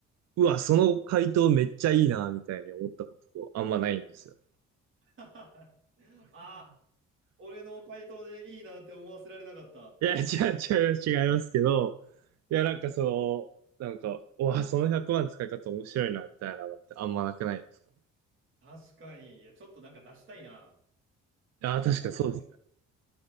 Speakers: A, on the right (about 60°); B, on the right (about 40°).
A: うわ、その回答めっちゃいいな、みたいに思ったことあんまないんですよ。
B: <laughs> ああ、俺の回答でいいなって思わせられなかった。
A: いや、違う、違います、違いますけど、いや、なんかその、なんか、うわ、その100万使い方面白いな、みたいなのってあんまなくないですか
B: 確かに。いや、ちょっとなんか出したいな。
A: ああー、確かにそうです
B: 模範解